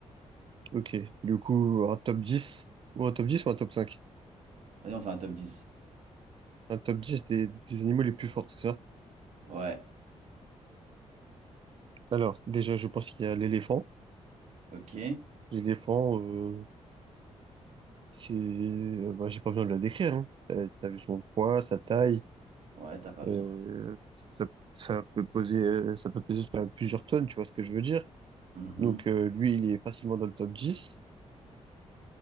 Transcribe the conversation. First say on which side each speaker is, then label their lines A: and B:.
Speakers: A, on the right; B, on the right.
A: Ok, du coup, un top 10 ou un top dix ou un top cinq
B: Vas-y, on fait un top 10.
A: Un top 10 des, des animaux les plus forts, c'est ça?
B: Ouais,
A: Alors, déjà, je pense qu'il y a l'éléphant.
B: ok.
A: L'éléphant, euh, c'est, euh, bah, j'ai pas besoin de la décrire, hein. Euh, T'as vu son poids, sa taille,
B: Ouais, t'as pas besoin.
A: euh, ça, ça peut poser, euh, ça peut peser jusqu'à plusieurs tonnes, tu vois ce que je veux dire?
B: Mhm.
A: Donc, euh, lui, il est facilement dans le top 10.